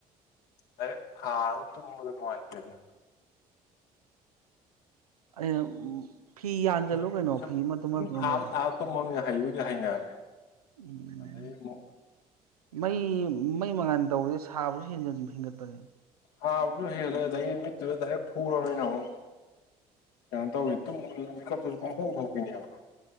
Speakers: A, on the left; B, on the right.
A: ꯗꯥꯢꯔꯦꯛ ꯊꯥꯜꯂ ꯇꯨꯝꯕꯗꯨ ꯅꯨꯡꯉꯥꯏꯇꯦꯗꯅ
B: ꯑꯩꯅ ꯐꯤ ꯌꯥꯟꯖꯜꯂꯨ
A: ꯍꯧꯖꯤꯛꯄꯨꯗꯤ
B: ꯀꯩꯅꯣ
A: ꯁꯨꯝ
B: ꯐꯤ ꯃꯇꯨꯝ
A: ꯁꯨꯝꯊꯥꯜꯂ
B: ꯃꯇꯨꯝꯗꯨꯗ
A: ꯊꯥꯜꯂ ꯇꯨꯝꯃꯝꯅꯤꯅ ꯍꯩꯕꯨꯗꯤ ꯍꯩꯅꯔꯦ
B: ꯎꯝ
A: ꯑꯗꯩ ꯑꯃꯨꯛ
B: ꯃꯩ ꯃꯩ ꯃꯉꯥꯜ ꯇꯧꯕꯗꯁꯦ ꯁꯥꯕꯁꯨ ꯍꯦꯟꯒꯠꯄꯅꯦ
A: ꯁꯥꯕꯁꯨ ꯍꯦꯜꯂꯦ ꯑꯗꯩ ꯃꯤꯠꯇꯨꯗ ꯗꯥꯢꯔꯦꯛ ꯐꯨꯔꯝꯅꯤꯅ ꯑꯃꯣꯛ ꯀꯩꯅꯣ ꯇꯧꯋꯦ ꯇꯨꯝꯕꯗꯨꯁꯨ ꯃꯤꯠꯀꯞꯇꯨꯁꯨ ꯄꯨꯡꯊꯣꯛ ꯊꯣꯛꯄꯤꯅꯦꯕ